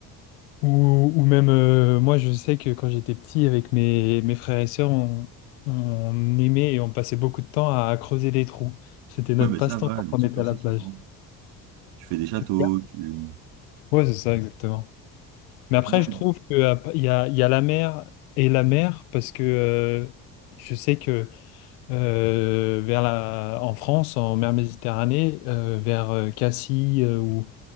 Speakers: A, on the left (about 80°); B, on the right (about 75°).
A: ou, ou même, euh, moi, je sais que quand j'étais petit, avec mes, mes frères et sœurs, on, on aimait et on passait beaucoup de temps à creuser des trous. C'était notre
B: Ouais, bah
A: passe-temps
B: ça, voilà,
A: quand
B: des
A: on
B: trucs
A: était
B: comme
A: à la
B: ça,
A: plage.
B: c'est vraiment. Tu fais des châteaux,
A: Qu'est-ce qu'il y a?
B: tu.
A: Ouais, c'est ça, exactement. Mais
B: Puis
A: après,
B: même.
A: je trouve qu'il y a, il y a la mer et la mer, parce que euh, je sais que euh, vers la, en France, en mer Méditerranée, euh, vers euh, Cassis euh, ou,